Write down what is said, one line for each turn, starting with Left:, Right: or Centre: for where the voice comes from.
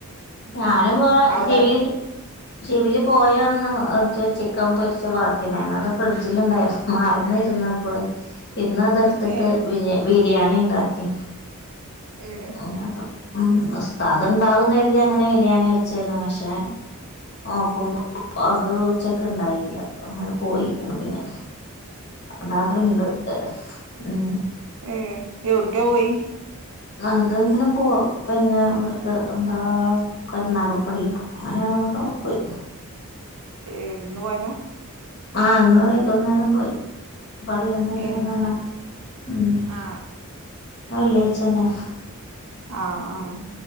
Right: ഉം
Left: ഞാനുപാ <unintelligible>
Right: അവിടെ <inaudible>
Left: <unintelligible> പോയാന്ന് ഒർച്ച് ചിക്കൻ പൊരിച്ചബാക്കി ണ്ടായിന്ന് അത് ഫ്രിഡ്ജിലിണ്ടായിര് മറന്നിരുന്നപ്പള് ഇന്ന് അത്ട്ത്തിട്ട്
Right: ഏഹ്
Left: ബിരിയാ ബിരിയാണി ഇണ്ടാക്കി
Right: ഏഹ്
Left: <unintelligible> ഉം ഉസ്താത് ഉണ്ടാവുംന്ന് കരുതി അങ്ങനെ ബിരിയാണി വെച്ചെയ്നു പക്ഷേ നോക്കുമ്പോ അത് ഉച്ചക്ക് ഉണ്ടായ്നീല അങ്ങനെ പോയിരിക്കണം പിന്നെ
Right: <inaudible>
Left: അതാതുണ്ട് ഏഹ് ഉം
Right: ഏ എവ്ട്ക്കെ പോയി
Left: അതിങ്ങനെ പോവ് പിന്നാ ഇവിടക്ക് എന്താ കരുനാഗപ്പള്ളിയാ ആങ്ങനേങ്ങാണ്ടോ പോയി
Right: ഏഹ് ഇന്നു പോയതാ
Left: ആ ഇന്ന് വൈകുന്നേരം പോയി പള്ളികഴിഞ്ഞെന്തിനാ
Right: ഏ
Left: കാണണ ഉം ഇന്ന്
Right: ആ
Left: വെള്ളിയാഴച്ചല്ലേ
Right: ആഹ് ആഹ്